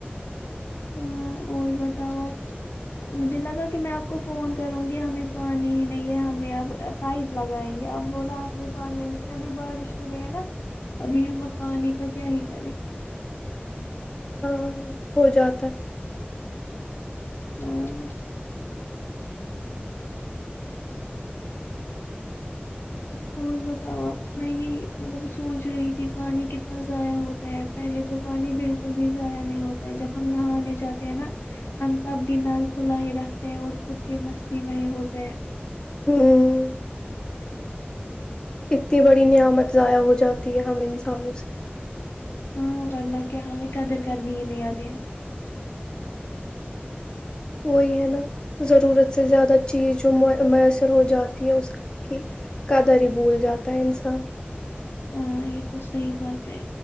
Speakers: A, on the left; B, on the left.
A: ہاں اور بتاؤ آپ مجھے لگا کہ میں آپ کو فون کروں گی ہمیں پانی ہی نہیں ہے ہمیں اب پائپ لگائیں گے اب بولا آپ میں پانی ہے لیکن ابھی بارش ہو رہی ہے نا ابھی ہم اب پانی کا کیا ہی کریں
B: ہاں ہو جاتا ہے
A: ہاں <unintelligible> اور بتاؤ میں یہی مطلب سوچ رہی تھی پانی کتنا ضائع ہوتا ہے پہلے تو پانی بالکل بھی ضائع نہیں ہوتا ہے جب ہم نہانے جاتے ہیں نا ہم تب بھی نل کھلا ہی رکھتے ہیں اور خود کے مستی میں ہوتے ہیں
B: ہوں اتنی بڑی نعمت ضائع ہو جاتی ہے ہم انسانوں سے
A: ہاں ورنہ کیا ہمیں قدر کرنی ہی نہیں آتیی
B: وہی ہے نا ضرورت سے زیادہ چیز جو میسر ہو جاتی ہے اسس کی قدر ہی بھول جاتا ہے انسان
A: ہاں یہ تو صحیح بات ہے